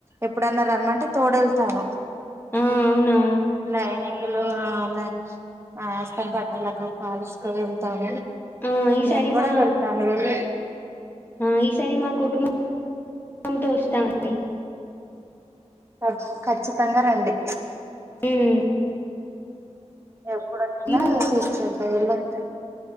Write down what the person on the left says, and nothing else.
ఆ అవునా
ఉ ఈసారి
మా
ఆ ఈసారి మా కుటుంబం తంతో వస్తామండి
హ్మ్
మీకు